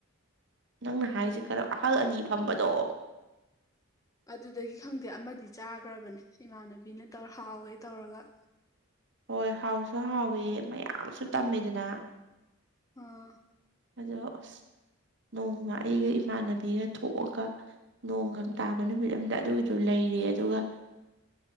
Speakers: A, on the right (about 55°); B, on the left (about 15°).
A: ꯅꯪꯅ ꯍꯥꯏꯔꯤꯁꯦ ꯀꯩꯅꯣ ꯑꯍꯜ ꯑꯅꯤ ꯐꯝꯕꯗꯣ
B: ꯑꯗꯨꯗꯒꯤ ꯈꯪꯗꯦ ꯑꯃꯗꯤ ꯆꯥꯈ꯭ꯔꯕꯅꯦ ꯏꯃꯥꯟꯅꯕꯤꯅ ꯇꯧꯔ ꯍꯥꯎꯋꯦ ꯇꯧꯔꯒ <unintelligible>
A: ꯍꯣꯏ ꯍꯥꯎꯁꯨ ꯍꯥꯎꯋ ꯃꯌꯥꯝꯁꯨ ꯇꯝꯃꯤꯗꯅ
B: ꯎꯝ ꯑꯥ
A: ꯑꯗꯨꯗ ꯅꯣꯡꯃ ꯑꯩꯒ ꯏꯃꯥꯟꯅꯕꯤꯒ ꯊꯣꯛꯑꯒ ꯅꯣꯡꯒ ꯇꯥꯕ ꯅꯨꯃꯤꯠ ꯑꯝꯗ ꯑꯗꯨꯒꯤꯗꯨ ꯂꯩ ꯑꯗꯨꯒ